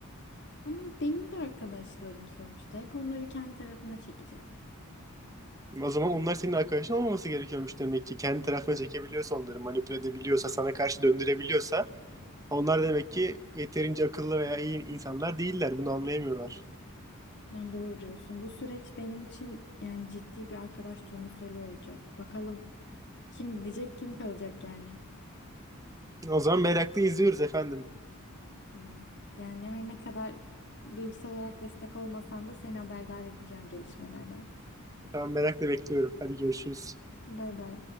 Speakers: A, on the left; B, on the right.
A: Ama benim de arkadaşlarım sonuçta. Hep onları kendi tarafına çekecek.
B: O zaman onlar senin arkadaşın olmaması gerekiyormuş demek ki. Kendi tarafına çekebiliyorsa onları manipüle edebiliyorsa, sana karşı döndürebiliyorsa onlar demek ki yeterince akıllı veya iyi insanlar değiller. Bunu anlayamıyorlar.
A: Yani doğru diyorsun. Bu süreç benim için yani ciddi bir arkadaş turnusolu olacak. Bakalım kim gidecek kim kalacak yani.
B: O zaman merakla izliyoruz efendim.
A: Tamam. Yani her ne kadar duygusal olarak destek olmasan da seni haberdar edeceğim gelişmelerden.
B: Tamam merakla bekliyorum. Hadi görüşürüz.
A: Bay bay.